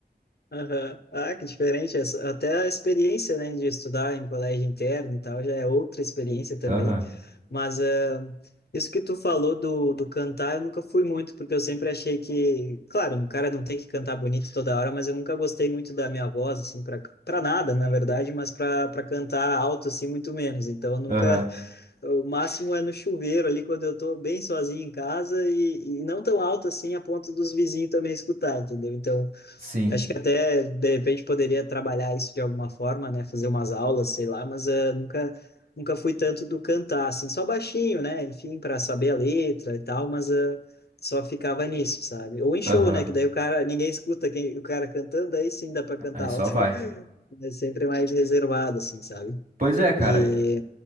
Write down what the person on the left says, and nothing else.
Aham. Ah, que diferente. Essa- Até a experiência, né, de estudar em colégio interno e tal, já é outra experiência também.
Mas ah, isso que tu falou do, do cantar, eu nunca fui muito, porque eu sempre achei que, claro, um cara não tem que cantar bonito toda hora, mas eu nunca gostei muito da minha voz, assim, para para nada, na verdade, mas para para cantar alto, assim, muito menos. Então, eu nunca.
<laughs> O máximo é no chuveiro ali, quando eu tô bem sozinho em casa e, e não tão alto assim a ponto dos vizinhos também escutar, entendeu? Então.
Acho que até, de repente, poderia trabalhar isso de alguma forma, né? Fazer umas aulas, sei lá, mas eh, nunca, nunca fui tanto do cantar, assim, só baixinho, né? Enfim, para saber a letra e tal, mas eh, só ficava nisso, sabe? Ou em show,
né? Que daí o cara, ninguém escuta quem, o cara cantando, aí sim dá para cantar
alto.
<laughs> É sempre mais reservado, assim, sabe?
E